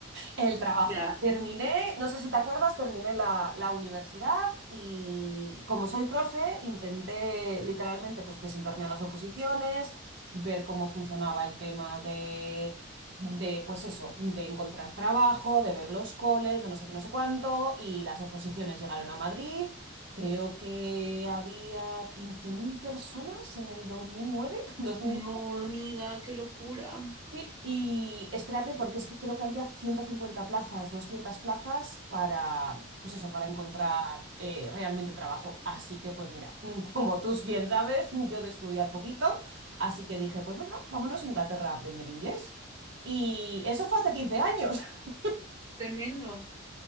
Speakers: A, on the right; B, on the right.
A: El trabajo.
B: Ya.
A: Terminé, no sé si te acuerdas, terminé la, la universidad y como soy profe, intenté literalmente pues presentarme a las oposiciones, ver cómo funcionaba el tema de, de pues eso, de encontrar trabajo, de ver los coles, de no sé qué, no sé cuánto, y las oposiciones llegaron a Madrid. Creo que había 15.000 personas en el 2009, <laughs>
B: No, amiga, qué locura.
A: Sí, y espérate, porque es que creo que había 150 plazas, 200 plazas para, pues eso, para encontrar eh, realmente trabajo. Así que, pues mira, <laughs> como tú bien sabes, yo de estudiar poquito, así que dije, pues venga, vámonos a Inglaterra a aprender inglés. Y eso fue hace 15 años. <laughs>
B: Tremendo.